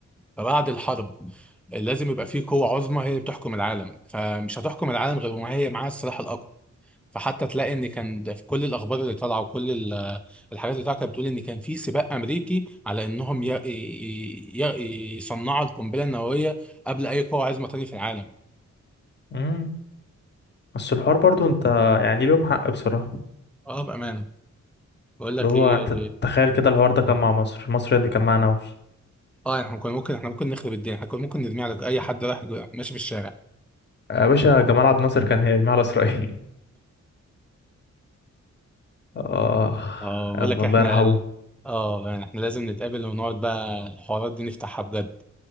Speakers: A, in the centre; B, on the left.
A: فبعد الحرب لازم يبقى فيه قوة عظمى هي اللي بتحكم العالم فمش هتحكم العالم غير وما هي معاها السلاح الأقوى فحتى تلاقي ان كان ده في كل الاخبار اللي طالعه وكل ال- الحاجات اللي طالعه كانت بتقول ان كان في سباق امريكي على انهم ي- ي- ي- يصنعوا القنبله النوويه قبل اي قوه عظمى تاني في العالم
B: امم بس الحوار برضو انت يعني ليهم حق بصراحة
A: اه بامانه بقول لك
B: اللي هو
A: ايه
B: انت تخيل كده الحوار ده كان مع مصر مصر اللي كان معانا اهو
A: اه احنا كنا ممكن احنا ممكن نخرب الدنيا احنا كنا ممكن نرمي على اي حد رايح جو- ماشي في الشارع
B: آه، يا باشا جمال عبد الناصر كان هيرميه على اسرائيل اه
A: اه بقول
B: يلا
A: لك
B: الله
A: احنا
B: يرحمه
A: اه يعني احنا لازم نتقابل ونقعد بقى الحوارات دي نفتحها بجد